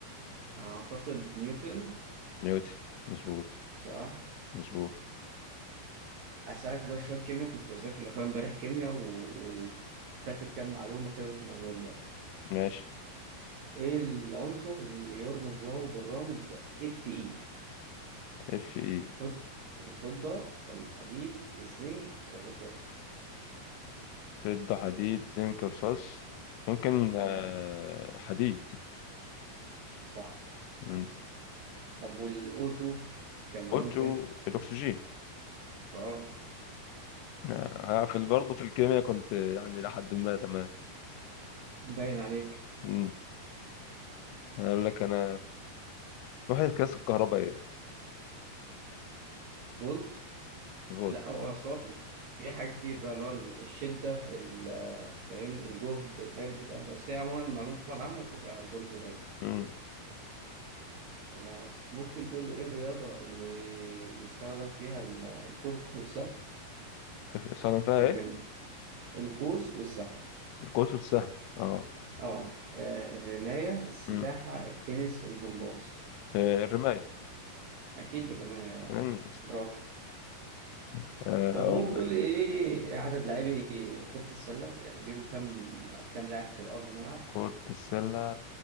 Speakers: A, on the right (about 80°); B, on the left (about 80°).
A: اعتقد نيوتن
B: نيوتن مظبوط
A: صح
B: مظبوط
A: اسالك بقى شوية كيمياء كنت بذاكر لاخويا امبارح كيمياء و- وفاكر كام معلومة كده ممكن اقولهم لك
B: ماشي
A: ايه العنصر اللي يرمز له بالرمز اف اي
B: اف اي
A: الفض- الفضة الحديد الزنك الرصاص
B: فضة حديد زنك رصاص ممكن
A: اه
B: آه، حديد
A: صح
B: مم.
A: طب والاوتو كان رمز
B: اوتو
A: ايه؟
B: الاكسجين
A: برافو
B: آه، انا في برضه في الكيمياء كنت يعني لحد ما تمام
A: باين عليك
B: مم. انا اقول لك انا وحدة قياس الكهرباء ايه
A: بولت
B: فولت
A: لا هو أصل هو في في حاجات كتير بقى اللي هو الشدة ال- فاهم الجهد الحاجات دي كلها بس هي عموما المعلومة العامة بتبقى الفولت دايما
B: مم.
A: خلاص ممكن تقول لي ايه الرياضة اللي يستخدم فيها ال- القوس والسهم؟
B: استخدم فيها
A: الرم
B: ايه
A: القوس والسهم
B: القوس والسهم اه
A: اه آه، الرماية السباحة
B: مم.
A: التنس الجمباز
B: آه، الرماية
A: أكيد الرماية اه
B: مم.
A: برافو
B: <laughs> آه،
A: طب
B: اقول
A: ممكن تقول
B: لك
A: لي ايه عدد لاعبي كرة السلة؟ يعني بيبقوا كام كام لاعب في أرض الملعب؟
B: كرة السلة